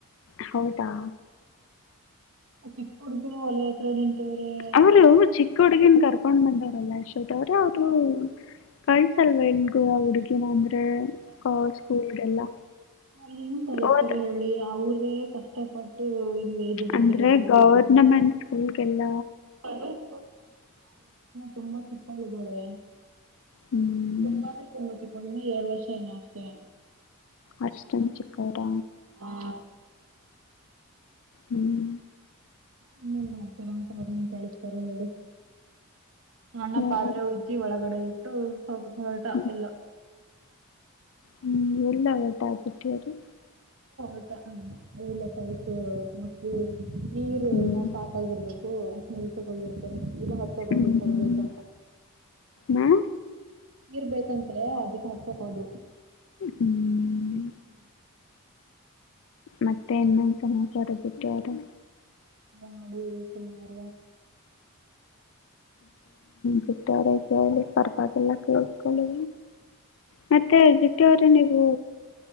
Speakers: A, on the left; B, on the right.
A: ಹೌದಾ
B: ಚಿಕ್ಕಹೂಡಗಿನೆ ವಲಿ ದೇವ್ರೆ
A: ಅವರು ಚಿಕ್ಕ ಹುಡುಗಿನ್ ಕರ್ಕೊಂಡ್ ಬಂದವ್ರಲ್ಲ ಅಷ್ಟೊತ್ತ ಅವ್ರೆ ಅವರು ಕ ಸಲ್ ವೈಲ್ಡ್ ಗೋ ಹುಡುಗಿನ ಅಂದ್ರೆ ಸ್ಕೂಲ್ಗೆಲ್ಲ
B: ನ ಹೆಂಗ್ ಕಳಸ್ತಾರೆ
A: ಹೋದ
B: ಹೇಳಿ ಅವ್ರೇ ಕಷ್ಟಪಟ್ಟು ಇಲ್ಲಿ ದುಡಿತಿರೋದು
A: ಅಂದ್ರೆ ಗೌರ್ನಮೆಂಟ್ ಸ್ಕೂಲ್ಗೆಲ್ಲಾ
B: <unintelligible> ತುಂಬಾ ಚಕ್ಕಳಯಿದ್ದಾಳೆ
A: ಹ್ಮ್
B: ತುಂಬಾನ ತುಂಬ ಒಳಿನ ಎರಡು ವರ್ಷ ಅಷ್ಟೇ
A: ಅಷ್ಟೊಂದು ಚಿಕ್ಕವರ
B: ಹಾ
A: ಹ್ಮ್
B: ಇನ್ನೆಲ್ಲ ಮಾಡ್ತರ ಉಟ ಅವ್ರ ನಿನ್ ಕಳಸ್ತಾರೆ ಹೇಳಿ ಅಣ್ಣ
A: ಯಾರು?
B: ಪಾತ್ರೆ ಉಜ್ಜಿ ಒಳಗಡೆ ಇಟ್ಟು ಹೋಗ ಹೊರಟ
A: ಹ್ಮ್.
B: ಎಲ್ಲ
A: ಹ್ಮ್ ಎಲ್ಲ ವಟಾ ಬಿಟ್ಟವ
B: ುತ್ತಾ ಹ ಲ್ಲ ಸೈತ ಮೋಸ್ಟ್ಲಿ ನೀರು
A: ಹ್ಮ್
B: ನಾ ಸಾಕಾಗಿರ್ಬೇಕು ನೀರು ತಗೋಗಿರ್ತಾರೆ ಇದು ಮತ್ತ ತಗೋಗಿರ್ತಾರೆ
A: ಹ್ಮ್.
B: ಬೇಕಂತ
A: ನಾ?
B: ನೀರ್ ಬೇಕಂತ ಅದಕ್ಕೆ ಹಚ್ಚಕ್ ಹೋದರು
A: ಹ್ಮ್.
B: ಹ್ಮ್
A: ಮತ್ತೆ ಇನ್ನೊಂದು ಸಮಾಚಾರ ಬಟ್ಟು ಯಾರ
B: ಮಾಡಡಿ ಪನ್ನಾರ
A: ಬಿಟ್ಟವರ ಕಿ ಪರ್ಪದೆಲ್ಲ ಕೇಳಸ್ಕೊಂಡ ಮತ್ತೆ ಜಿತ್ಯ ಅವ್ರ ನೀವು